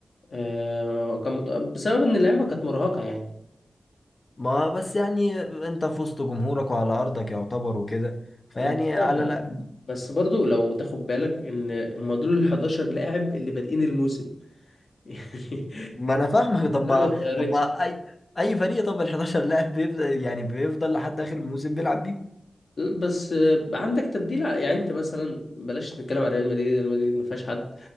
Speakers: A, on the left; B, on the left.
A: اه، كان مت- بسبب ان اللعبة كانت مرهقة يعني
B: ما بس يعني انت في وسط جمهورك وعلى ارضك يعتبر وكده فيعني
A: انا فاهم
B: على لا
A: بس برضو لو تاخد بالك ان هم دول ال 11 لاعب اللي بادئين الموسم <laughs> يعني
B: ما انا فاهمك طب ما
A: انا ما اتغيرتش
B: طب ما اي اي فريق طب ال 11 لاعب بيفضل يعني بيفضل لحد اخر الموسم بيلعب بيه
A: بس عندك تبديل ع- يعني انت مثلا بلاش نتكلم عن ريال مدريد ريال مدريد ما فيهاش حد